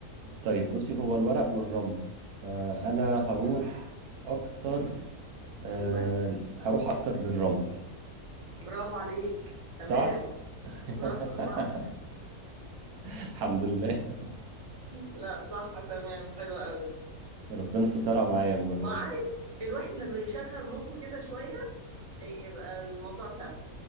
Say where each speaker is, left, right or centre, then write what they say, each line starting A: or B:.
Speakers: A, on the right; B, on the right.
A: طيب بصي هو الورق والرمل آه انا هروح
B: مم.
A: اكتر آه
B: أيوه
A: هروح اكتر للرمل
B: برافو عليك تمام
A: صح <laughs>
B: <laughs> لا صح
A: الحمد لله
B: لا صح تمام حلوة قوي
A: <laughs> ربنا سترها معايا المرة
B: ما
A: دي
B: عارف الواحد لما يشغل مخه كده شوية يبقى الموضوع سهل